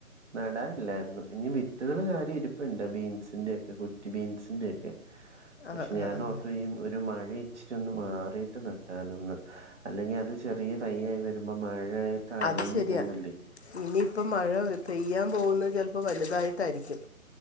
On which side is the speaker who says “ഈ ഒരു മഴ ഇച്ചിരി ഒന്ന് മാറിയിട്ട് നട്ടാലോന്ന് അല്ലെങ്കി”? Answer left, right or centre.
Right